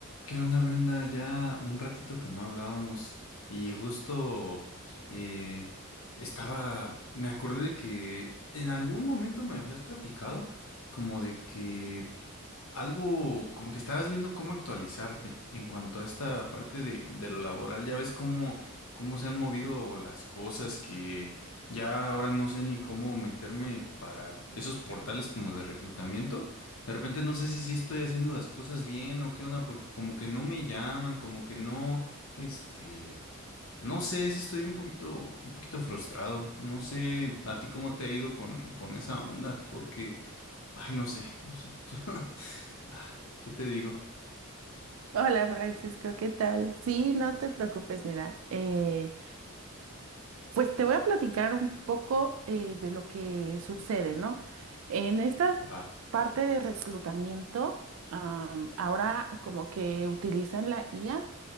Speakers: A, on the left; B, on the right.
A: ¿Qué onda, Brenda? Ya un ratito que no hablábamos y justo eh, estaba, me acordé de que en algún momento me habías platicado como de que algo como que estabas viendo cómo actualizarte en cuanto a esta parte de, de lo laboral, ya ves cómo, cómo se han movido las cosas que ya ahora no sé ni cómo meterme para esos portales como de reclutamiento. De repente no sé si sí estoy haciendo las cosas bien o qué onda, porque como que no me llaman, como que no, este, no sé si estoy un poquito, un poquito frustrado. No sé a ti cómo te ha ido con, con esa onda, porque, ay, no sé, no sé. <laughs> Tú- Ah, ¿Qué te digo?
B: Hola Francisco, ¿qué tal? Sí, no te preocupes, mira, eh, pues te voy a platicar un poco eh, de lo que sucede, ¿no? En esta
A: Va.
B: parte de reclutamiento, am, ahora como que utilizan la IA